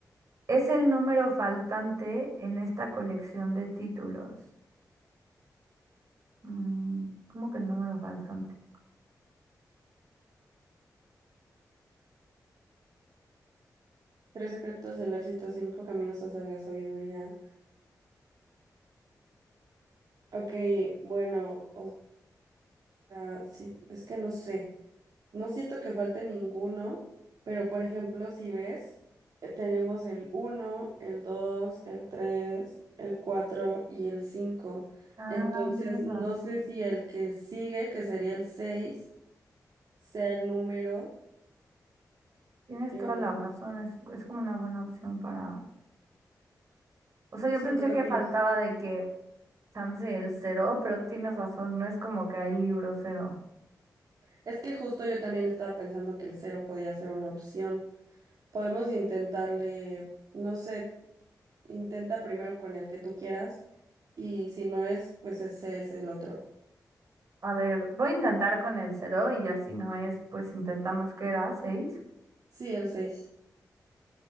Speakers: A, on the right (about 50°); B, on the right (about 65°).
A: es el número faltante en esta colección de títulos. Mm, ¿cómo que el número faltante?
B: Tres secretos del éxito, cinco caminos hacia la sabiduría. Ok, bueno, o sea, sí, es que no sé. No siento que falte ninguno, pero por ejemplo, si ves, eh, tenemos el uno, el 2, el 3, el 4 y el 5.
A: Ah,
B: Entonces,
A: tienes
B: no
A: razón.
B: sé si el que sigue, que sería el 6, sea el número.
A: Tienes
B: eh,
A: toda la razón, es, es como una buena opción para... O sea, yo
B: sí,
A: pensé
B: ¿tú qué
A: que
B: opinas?
A: faltaba de que chance el cero, pero tienes razón, no es como que hay libro cero.
B: Es que justo yo también estaba pensando que el cero podía ser una opción. Podemos intentarle, no sé, intenta primero con el que tú quieras y si no es, pues ese es el otro.
A: A ver, voy a intentar con el cero y ya si no es, pues intentamos que era seis.
B: Sí, el 6.